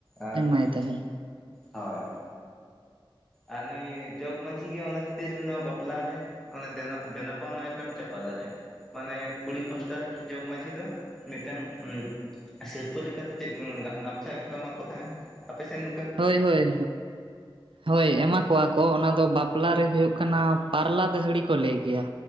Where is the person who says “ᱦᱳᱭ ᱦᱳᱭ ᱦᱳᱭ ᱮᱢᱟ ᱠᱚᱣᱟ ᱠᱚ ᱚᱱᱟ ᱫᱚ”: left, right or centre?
Right